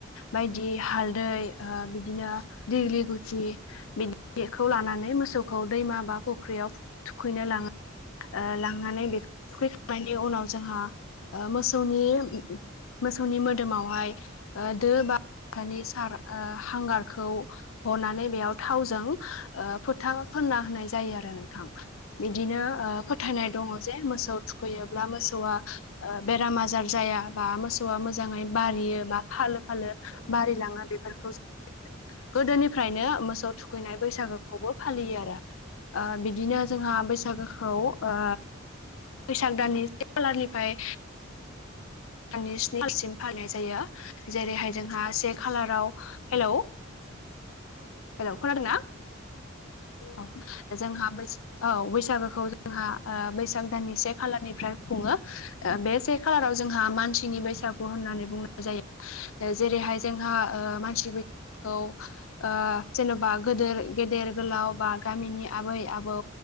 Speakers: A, on the left; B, on the right.
A: बायदि हालदै ओ बिदिनो दैग्लि जि बिदिखौ लानानै मोसौखौ दैमा बा फुख्रियाव थुखैनो लाङो। ओ लांनानै बेखौ थुखैखांनायनि उनाव जोंहा ओ मोसौनि मोसौनि मोदोमावहाय ओ दो बाथानि सार ओ हांगारखौ हनानै बेयाव थावजों ओ फोथा फोनना होनाय जायो आरो नोंथां। बिदिनो ओ फोथायनाय दङ जे मोसौ थु खैयोब्ला मोसौआ ओ बेराम आजार जाया बा मोसौ सौआ मोजाङै बारियो बा फालो फालो
B: औ
A: बारिलाङो बेफोरखौ गोदोनि फ्रायनो मोसौ थुखैनाय बैसागोखौबो फालियो आरो। ओ बिदिनो जोंहा बैसागोखौ ओ बैसाग दाननि से खालारनिफ्राय साननि स्निसिम फालिनाय जायो जेरैहाय
B: औ
A: जोंहा से खालाराव हेलौ
B: औ
A: हेलौ
B: खोनादों
A: खोनादोंना?
B: नोंथां
A: औ। जोंहा बैस औ बैसागोखौ जोंहा ओ
B: औ औ
A: बैसाग दाननि से खालारनिफ्राय खुङो बे से खालाराव जोंहा मानसिनि बैसागु होननानै बुंनाय जायो। जेरैहाय जोंहा ओ मानसि बैसागुखौ ओ जेन'बा गोेदोर गेदेर गोलाव बा गामिनि आबै आबौ